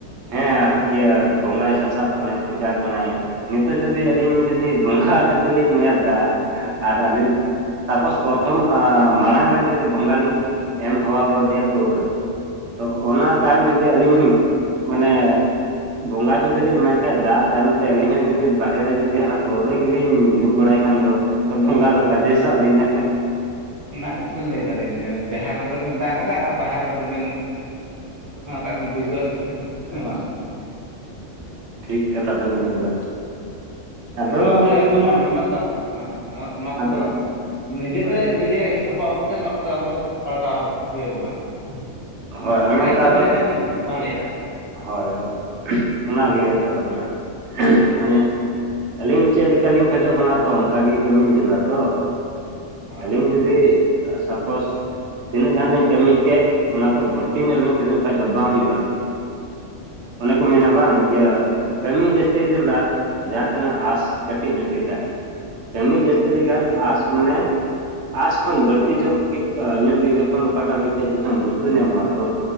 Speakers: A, on the right; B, on the left.
A: ᱦᱮᱸ ᱤᱭᱟᱹ ᱵᱚᱸᱜᱟᱭ ᱥᱟᱥᱟᱵ ᱠᱟᱱᱟᱭ᱾ ᱪᱮᱠᱟ ᱠᱟᱱᱟᱭ ᱱᱤᱛᱚᱜ ᱡᱩᱫᱤ ᱟᱹᱞᱤᱧ ᱡᱩᱫᱤ ᱵᱚᱸᱜᱟ ᱡᱩᱫᱤ ᱞᱤᱧ ᱢᱮᱫ ᱫᱟᱜ ᱟᱨ ᱟᱹᱞᱤᱧ ᱥᱟᱯᱳᱥ ᱯᱚᱨᱛᱷᱚᱢ ᱢᱟᱲᱟᱝ ᱨᱮ ᱡᱩᱫᱤ ᱵᱚᱸᱜᱟ ᱞᱤᱧ ᱫᱚᱦᱚ ᱠᱟᱣᱫᱮᱭᱟ ᱯᱟᱹᱣᱨᱟᱹ ᱛᱚ ᱚᱱᱟ ᱛᱟᱭᱚᱢ ᱡᱩᱫᱤ ᱟᱹᱞᱤᱧ ᱢᱟᱱᱮ ᱵᱚᱸᱜᱟ ᱡᱩᱫᱤ ᱞᱤᱧ ᱮᱢᱟᱭ ᱠᱷᱟᱡ ᱫᱟᱜ ᱛᱟᱭᱱᱚᱢ ᱛᱮ ᱟᱹᱞᱤᱧ ᱦᱚᱸ ᱡᱩᱫᱤ ᱵᱟᱦᱨᱮ ᱨᱮ ᱡᱩᱫᱤ ᱦᱟᱱᱟ ᱯᱟᱹᱣᱨᱟᱹ ᱜᱮᱞᱤᱧ ᱧᱩ ᱵᱟᱲᱟᱭ ᱮᱱᱠᱷᱟᱱ ᱫᱚ ᱛᱚ ᱵᱚᱸᱜᱟ ᱫᱚ ᱠᱟᱡᱮᱭ ᱥᱟᱵ ᱞᱤᱧᱟ ᱦᱮᱸ
B: ᱚᱱᱟ ᱜᱮᱛᱚᱞᱤᱧ ᱞᱟᱹᱭ ᱫᱟᱞᱤᱧ ᱡᱟᱦᱮᱨ ᱨᱮᱫᱚ ᱵᱤᱱ ᱫᱟᱜ ᱮᱫᱟ ᱟᱨ ᱵᱟᱦᱮᱨ ᱨᱮᱫᱚ ᱵᱤᱱ ᱦᱟᱱᱟᱴᱟᱜ ᱵᱤᱱ ᱵᱟᱹᱭᱥᱟᱹᱣᱟᱜ ᱦᱮᱸ ᱦᱮᱸ ᱵᱟᱝ?
A: ᱴᱷᱤᱠ ᱠᱟᱛᱷᱟ ᱵᱮᱱ ᱢᱮᱱ ᱠᱟᱫᱟ᱾ ᱟᱫᱚ
B: ᱚᱱᱟᱛᱮ
A: ᱚᱱᱟ
B: ᱮᱱᱨᱮᱦᱚᱸ
A: ᱠᱚ ᱢᱮᱱᱟ
B: ᱢᱟᱱ ᱚᱱᱟ ᱫᱚ ᱦᱮᱸ ᱚᱱᱟ ᱠᱚ
A: ᱟᱫᱚ
B: ᱫᱚ ᱱᱤᱡᱮᱛᱮ
A: ᱦᱳᱭ
B: ᱱᱤᱡᱮ ᱟᱵᱚ ᱟᱵᱚᱛᱮ ᱱᱚᱣᱟ ᱠᱚᱫᱚ ᱟᱵᱚ ᱫᱚ ᱯᱟᱞᱴᱟᱣ ᱦᱩᱭᱟ ᱵᱚᱱᱟ᱾
A: ᱦᱳᱭ
B: ᱢᱟᱱᱮ ᱚᱠᱟᱴᱟᱜ
A: ᱚᱱᱮ ᱚᱱᱠᱟ
B: ᱤᱧ ᱠᱟᱹᱢᱤ
A: ᱟᱫᱚ
B: ᱞᱮᱠᱷᱟᱱ ᱵᱷᱟᱞᱮᱜᱼᱟ᱾
A: ᱦᱳᱭ ᱦᱳᱭ ᱚᱱᱟᱱᱟᱜᱮ ᱠᱟᱛᱷᱟ ᱫᱚ ᱠᱟᱱᱟ ᱢᱟᱱᱮ ᱟᱹᱞᱤᱧ ᱪᱮᱫ ᱞᱮᱠᱟᱞᱤᱧ ᱠᱷᱚᱡᱚᱜ ᱠᱟᱱᱟ ᱛᱚ ᱚᱱᱠᱟᱜ ᱜᱮ ᱠᱟᱹᱢᱤ ᱡᱟᱹᱨᱩᱲᱟ ᱛᱚ
B: ᱦᱳᱭ
A: ᱟᱹᱞᱤᱧ ᱡᱩᱫᱤ ᱥᱟᱯᱳᱥ ᱛᱤᱱᱟᱹᱜ ᱜᱟᱱ ᱞᱤᱧ ᱠᱟᱹᱢᱤ ᱠᱮᱫ ᱚᱱᱟ ᱫᱚ ᱵᱟᱹᱲᱛᱤ ᱧᱚᱜ ᱞᱤᱧ ᱠᱷᱚᱡᱚᱜ ᱠᱷᱟᱡ ᱫᱚ ᱵᱟᱝ ᱦᱩᱭᱩᱜᱼᱟ᱾ ᱚᱱᱮ ᱠᱚ ᱢᱮᱱᱟ ᱵᱟᱝ ᱤᱭᱟᱹ ᱠᱟᱹᱢᱤ ᱡᱟᱹᱥᱛᱤ ᱡᱟᱹᱨᱩᱲᱟ᱾ ᱡᱟᱦᱟᱸ ᱛᱤᱱᱟᱹᱜ ᱟᱥ ᱠᱟᱹᱴᱤᱡ ᱧᱚᱜ ᱜᱮ ᱛᱟᱦᱮᱱ ᱠᱟᱹᱢᱤ ᱡᱟᱹᱥᱛᱤ ᱞᱮᱠᱷᱟᱱ
B: ᱦᱳᱭ
A: ᱟᱥ ᱢᱟᱱᱮ ᱟᱥ ᱠᱷᱚᱱ ᱵᱟᱹᱲᱛᱤ ᱡᱚᱜ ᱧᱚᱜ ᱜᱮ ᱡᱚᱠᱷᱚᱱ ᱚᱠᱟᱴᱟᱜ ᱢᱤᱫᱴᱮᱡ ᱡᱚᱠᱷᱚᱱ ᱵᱩᱡ᱾ ᱧᱟᱢᱚᱜᱼᱟ ᱛᱚ